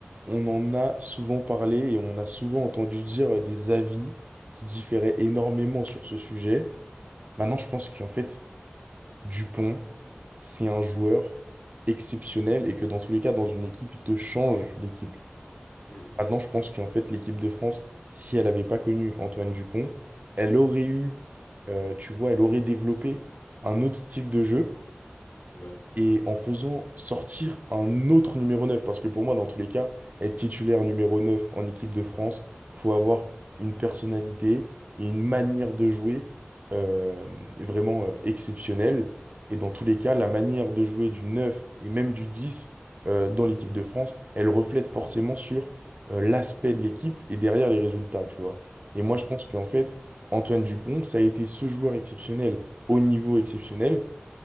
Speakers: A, on the right; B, on the left.
A: on en a souvent parlé et on a souvent entendu dire des avis qui différaient énormément sur ce sujet. Maintenant, je pense qu'en fait, Dupont, c'est un joueur exceptionnel et que dans tous les cas, dans une équipe, il te change l'équipe.
B: Hmm,
A: Maintenant, je pense qu'en fait, l'équipe de France, si elle n'avait pas connu Antoine Dupont, elle aurait eu, euh, tu vois, elle aurait développé un autre style de jeu
B: Ouais,
A: et en faisant sortir un autre numéro 9, parce que pour moi, dans tous les cas, être titulaire numéro 9 en équipe de France, faut avoir une personnalité et une manière de jouer euh, vraiment euh, exceptionnelle. Et dans tous les cas, la manière de jouer du 9 et même du 10 euh, dans l'équipe de France, elle reflète forcément sur euh, l'aspect de l'équipe et derrière les résultats, tu vois. Et moi,
B: ouais.
A: je pense qu'en fait, Antoine Dupont, ça a été ce joueur exceptionnel, au niveau exceptionnel,